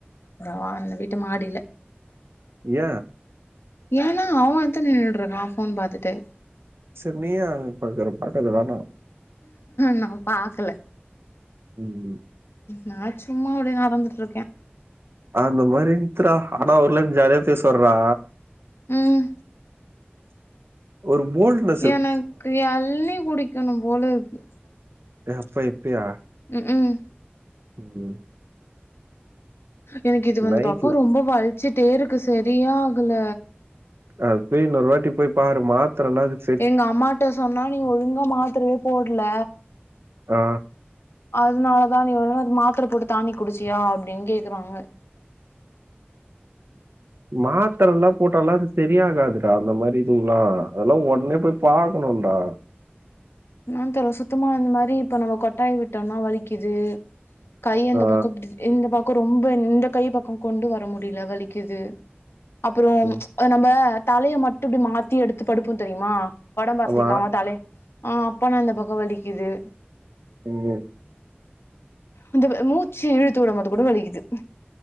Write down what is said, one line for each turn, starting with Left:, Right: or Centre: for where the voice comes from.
Left: ஆ அந்த வீட்டு மாடில
Right: ஏ
Left: ஏனா அவன் எத்தன் நின்னுட்ருக்கா ஃபோன் பாத்துட்டு
Right: சர் நீயே அங்க பாக்ற பாக்காத வேணா
Left: நா பாக்கல
Right: ம்
Left: நா சும்மா அடியே நடந்துட் இருக்க
Right: அந்த மாரி இன்ச்சுடா ஆனா அவுர்லா ஜாலியா பேசுவார்றா
Left: ம்
Right: ஒரு போல்ட்னா
Left: எனக்கு எள்நி குடிக்கணு போலருக்கு
Right: எப்ப இப்பியா
Left: ம் ம்
Right: ம்
Left: எனக்கு இது வந்து
Right: நைட்ல
Left: பாக்கொ ரொம்ப வல்ச்சுட்டே இருக்கு செரியே ஆகல
Right: அது போய் இன்னொரு வாட்டி போய் பாரு மாத்தரைனா அதுக்
Left: எங்க அம்மாட்ட சொன்னா நீ ஒழுங்கா மாத்தரையே போட்ல
Right: ஆ.
Left: அதுனாலதா நீ ஒழுங்கா அது மாத்தர போட்டு டானிக் குடிச்சியா அப்டின் கேக்குறாங்க
Right: மாத்தரலா போட்டாலா அது செரியகாதுடா அந்த மாரி இதுவ்லா அதெல்லா ஒட்னே போய் பாக்கணுடா
Left: ன்னான் தெர்ல சுத்தமா இந்த மாரி இப்ப நம்ம கொட்டாய் விட்டோனா வலிக்குது கை அந்த
Right: ஆ.
Left: பக்கொ பிடிச் இந்த பக்கொ ரொம்ப இந்த கை பக்கொ கொண்டு வர முடில வலிக்குது அப்பறோ
Right: ம்.
Left: நம்ப தலைய மட்டு இப்டி மாத்தி எடுத்து படுப்போ தெரியுமா ஒடம்ப அசைக்காம
Right: ஆமா.
Left: தலைய ஆ அப்பனா இந்த பக்கொ வலிக்குது
Right: ம் ம்
Left: இந்த வ மூச்சு இழுத்து விடமோது கூட வலிக்குது